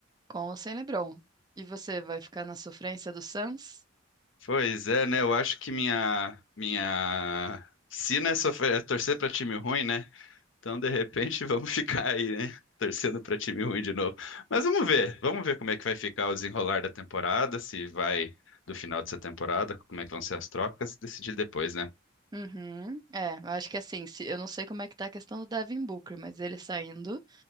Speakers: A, on the right (about 20°); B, on the left (about 70°).
A: com ou sem LeBron. E você vai ficar na sofrência do Suns?
B: Pois é, né? Eu acho que minha minha sina é sofrer, é torcer para time ruim, né? Então, de repente, <laughs> vamos ficar aí, né? Torcendo para time ruim de novo. Mas vamos ver, vamos ver como é que vai ficar o desenrolar da temporada, se vai do final dessa temporada, como é que vão ser as trocas, e decidir depois, né?
A: Uhum. É, eu acho que assim, se, eu não sei como é que tá a questão do Devin Booker, mas ele saindo,